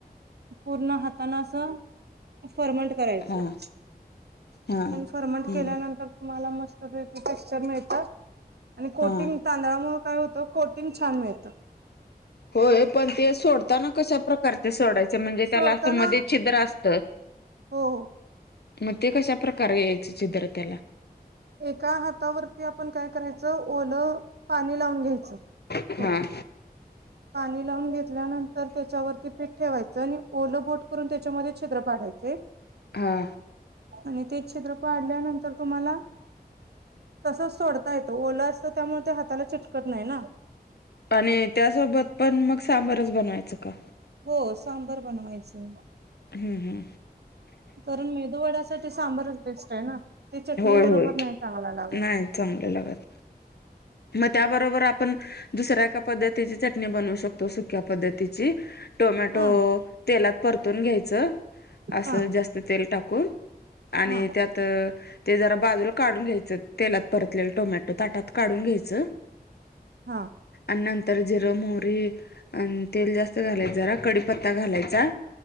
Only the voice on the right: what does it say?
पूर्ण हाताना अस फर्मंट करायच.
फर्मंट केल्यानंतर तुम्हाला मस्तपैकी टेक्चर मिळत. आणि कोटिंग
तांदळामुळ काय होतं कोटिंग छान मिळत.
सोडताना
हो.
एका हातावरती आपण काय करायचं ओलं पाणी लावून घ्यायचं
थोडं. पाणी लावून घेतल्यानंतर त्याच्यावरती पीठ ठेवायचं आणि ओल बोट करून त्याच्यामध्ये छिद्र पाडायचे.
आणि ते छिद्र पाडल्यानंतर तुम्हाला तसच सोडता येतो ओलं असतं त्यामुळे ते हाताला चिटकत नाही ना.
हो सांबर बनवायचं.
करुन मेदूवडासाठी सांबारच बेस्ट आहे ना. ते चटणी
बरोबर
नाही चांगल लागत.
हा
हा
हा
हा
हा.